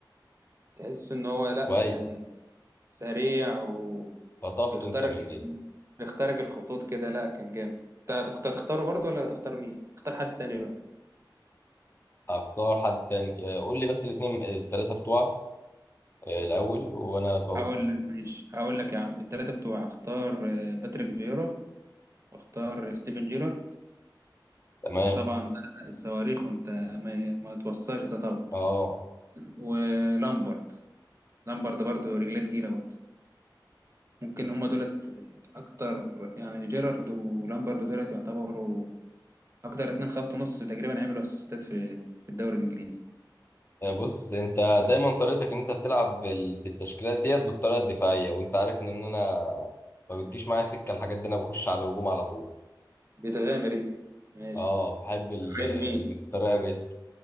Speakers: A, on the right; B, on the left.
A: تحس ان هو
B: بس
A: لا
B: كويس
A: كان سريع و...
B: خطفته
A: بيختارك
B: انت من
A: بيختارك الخطوط كده لا كان جامد انت كنت هتختاره برضه ولا هتختار مين؟ اختار حد تاني بقى
B: هختار حد تاني آه، قول لي بس الاثنين الثلاثة بتوعك آه، الأول وأنا بقول
A: هقول لك ماشي هقول لك يا عم التلاتة بتوع اختار آه، باتريك فيرا واختار ستيفن جيرارد
B: تمام
A: انت طبعا ده الصواريخ وانت ما, ما توصاش ده طبعا
B: اه
A: ولامبرد لامبرد برضه رجليه تقيلة برضه ممكن هما دولت اكتر يعني جيرارد ولامبرد دولت يعتبروا اكتر اتنين خط نص تقريبا عملوا اسيستات في في الدوري الانجليزي
B: آه، بص أنت دايما طريقتك إن أنت بتلعب بال- في التشكيلات ديت بالطريقة الدفاعية وأنت عارف إن أنا ما بتجيش معايا سكة الحاجات دي أنا بخش على الهجوم على طول
A: بتغامر انت ماشي
B: اه بحب ال-
A: عايز مين
B: الطريقة الريسك